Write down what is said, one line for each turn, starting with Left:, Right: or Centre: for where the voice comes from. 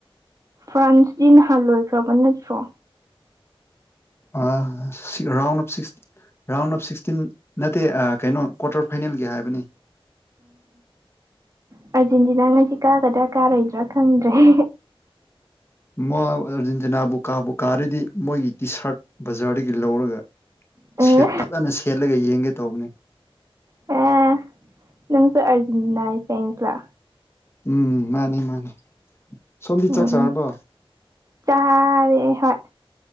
Right: ꯐ꯭ꯔꯥꯟꯁꯗꯤ ꯅꯍꯥꯟ ꯂꯣꯏꯈ꯭ꯔꯕ ꯅꯠꯇ꯭ꯔꯣ
Left: ꯑ ꯔꯥꯎꯟ ꯁꯤ ꯔꯥꯎꯟ ꯑꯣꯞ ꯁꯤꯛꯁꯇꯤꯟ ꯅꯠꯇꯦ ꯀꯩꯅꯣ ꯀ꯭ꯋꯥꯇꯔ ꯐꯥꯏꯅꯦꯜꯒꯤ ꯍꯥꯏꯕꯅꯤ <inaudible>
Right: ꯑꯥꯔꯖꯦꯟꯇꯤꯅꯥꯅꯁꯤ ꯀꯥꯒꯗ꯭ꯔꯥ ꯀꯥꯔꯣꯏꯗ꯭ꯔꯥ ꯈꯪꯗ꯭ꯔꯦ
Left: ꯃꯥ ꯑꯥꯔꯖꯦꯟꯇꯤꯅꯥꯕꯨ ꯀꯥꯕꯨ ꯀꯥꯔꯗꯤ ꯃꯣꯏꯒꯤ ꯇꯤ ꯁꯥꯔꯠ ꯕꯖꯥꯔꯗꯒꯤ ꯂꯧꯔꯒ
Right: ꯎꯝ
Left: ꯠ ꯐꯖꯅ ꯁꯦꯠꯂꯒ ꯌꯦꯡꯒꯦ ꯇꯧꯕꯅꯤ
Right: ꯑꯦ ꯅꯪꯁꯨ ꯑꯥꯔꯖꯦꯟꯇꯤꯅꯥꯒꯤ ꯇꯦꯟꯥ
Left: ꯎꯝ ꯃꯥꯅꯤ ꯃꯥꯅꯤ ꯁꯣꯝꯕꯤ
Right: ꯎꯝ
Left: ꯆꯥꯛ ꯁꯥꯔꯔꯕꯣ
Right: ꯆꯥꯔꯦ ꯍꯣꯏ